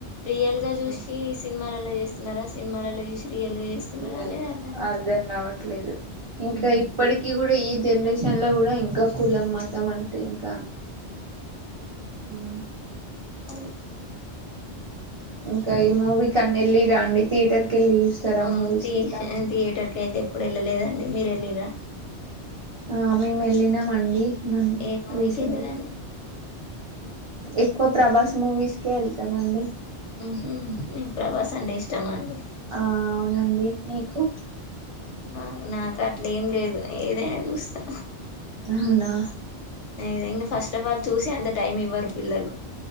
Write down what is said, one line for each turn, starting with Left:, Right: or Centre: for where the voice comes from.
Left: రియల్ గా చూసి
Right: ఆ
Left: సినిమాలలో చేస్తున్నారా సినిమాలలో చూసి రియల్ గా చేస్తున్నారా
Right: రియలే
Left: అనేది కాదు
Right: అర్థం కావట్లేదు ఇంకా
Left: ఉమ్
Right: ఇప్పటికిీ కూడా ఏది జనరేషన్ లో కూడా ఇంకా కులం మతం అంటే ఇంకా ఉ
Left: అవును
Right: ఇంకా ఏ మూవి కన్న ఎల్లిరా అండి థియేటర్ కి వెళ్ళి చూస్తారా
Left: ఆ
Right: మూవీస్ ఇట్లా
Left: థియేటర్ కి అయితే ఎప్పుడు వెళ్ళలేదండి మీరు ఎల్లిరా
Right: ఆ మేము వెళ్ళినాము అండి మొన్
Left: ఏ మూవీకి
Right: రీసెంట్గా
Left: వెళ్ళిరండి
Right: ఎక్కువ ప్రభాస్ మూవీస్కే వెళ్తామండి
Left: హూ మీకు ప్రభాస అంటే ఇష్టమా అండి
Right: ఆ అవునండి మీకు
Left: మా నాకు అట్లేం లేదు ఏ ఏదైనా చూస్తా
Right: అవునా
Left: ఏదైనా ఫస్ట్ ఆఫ్ ఆల్ చూసే అంత టైం ఇవ్వరు పిల్లలు